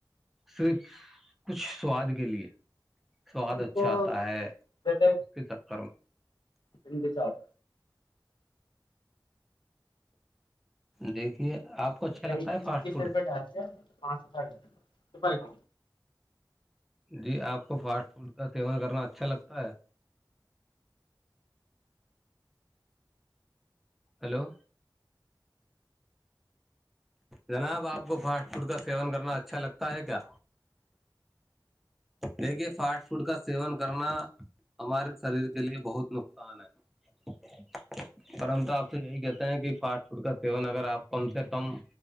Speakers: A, in the centre; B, on the left (about 80°).
A: صرف کچھ سواد کے لیے سواد
B: ان
A: اچھا
B: کو
A: آتا ہے
B: د
A: بس
B: ڈ
A: اس کے چکر میں
B: ان دی جاب
A: دیکھیے آپ کو اچھا لگتا
B: اکی
A: ہے فاسٹ فوڈ
B: سو روپئےٹ حالتے ہے پانچ روپ ر توپ کو
A: جی آپ کو فاسٹ فوڈ کا سیون کرنا اچھا لگتا ہے ہلو جناب آپ کو فاسٹ فوڈ کا سیون کرنا اچھا لگتا ہے کیا دیکھیے فاسٹ فوڈ کا سیون کرنا ہمارے شریر کے لیے بہت نق ان ہے پرم تو آپ یہی کہتے ہیں کہ فاسٹ فوڈ کا سیون اگر آپ کم سے کم